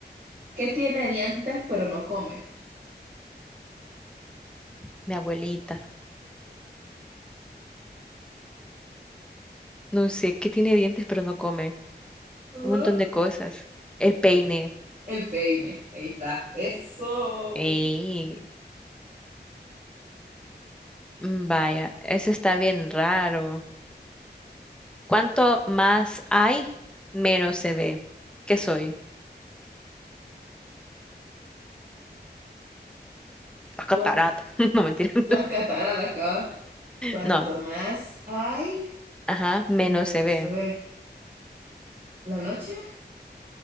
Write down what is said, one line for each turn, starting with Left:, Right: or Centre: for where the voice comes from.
Right: Que tiene dientes pero no come.
Centre: Mi abuelita. No sé, que tiene dientes pero no come.
Right: Ajá.
Centre: un montón de cosas. El peine.
Right: El peine. Ahí está. Eso.
Centre: Ey, mm, vaya, eso está bien raro. Cuanto más hay, menos se ve. ¿Qué soy? La catarata.
Right: ¿Cuán-
Centre: <laughs> No, mentira. <laughs>
Right: Las cataratas acaban. Cuanto
Centre: No,
Right: más hay,
Centre: ajá, menos
Right: menos
Centre: se ve.
Right: se ve. La noche,